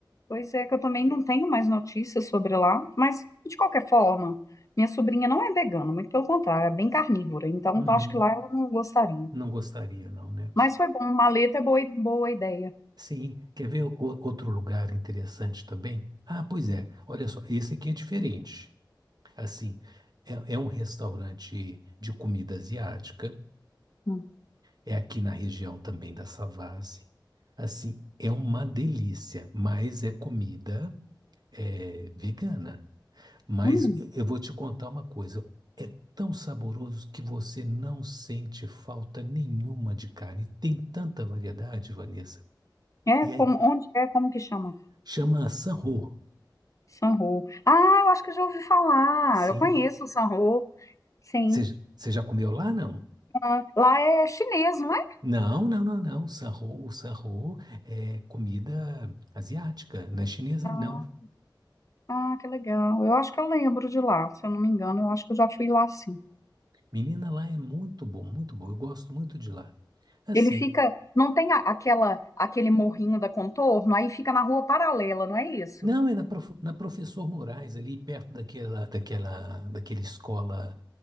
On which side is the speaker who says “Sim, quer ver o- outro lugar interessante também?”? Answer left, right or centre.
Right